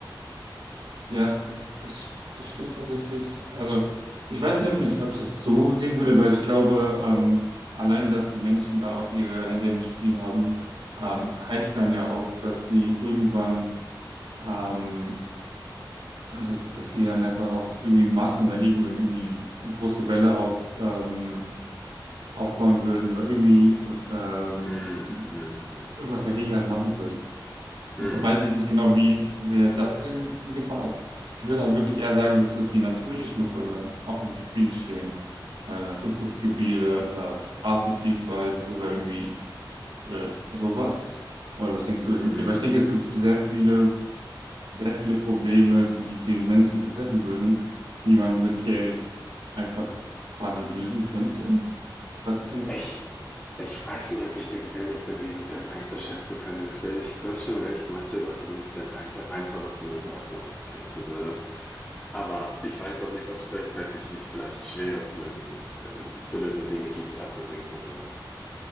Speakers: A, on the right; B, on the left.
A: Ja, das, das, das stimmt tatsächlich. Also, ich weiß nicht, ob, mich, ob ich das so sehen würde, weil ich glaube, ähm, allein, dass die Menschen da auch ihre Hände im Spiel haben, ähm, heißt dann ja auch, dass sie irgendwann, ähm, also, dass sie dann einfach auch irgendwie Maßnahmen dagegen, irgendwie eine große Welle auf, ähm, aufbauen würden oder irgendwie ähm,
B: Hm, hm,
A: irgendwas dagegen halt machen würden. Deshalb
B: hm,
A: weiß ich nicht genau, wie sehr das in, in Gefahr ist. Ich würde halt wirklich eher sagen, dass es die natürlichen Räume auch im Spiel stehen. Äh, Naturschutzgebiete, äh, Artenvielfalt oder irgendwie äh, sowas. Oder was denkst du?
B: hm. hm.
A: Weil ich denke, es gibt sehr viele, sehr viele Probleme, die den Menschen betreffen würden, die man mit Geld einfach quasi lösen könnte, falls es Sinn macht.
B: Ich, ich weiß nicht, ob ich da gebildet bin, genug das einzuschätzen vernünftig. Du hast schon recht, manche Sachen sind vielleicht einfach, einfacher zu lösen, als man denken würde. Aber ich weiß auch nicht, ob es gleichzeitig nicht vielleicht schwerer zu lösen, äh, zu lösende Dinge gibt, als man denken würde.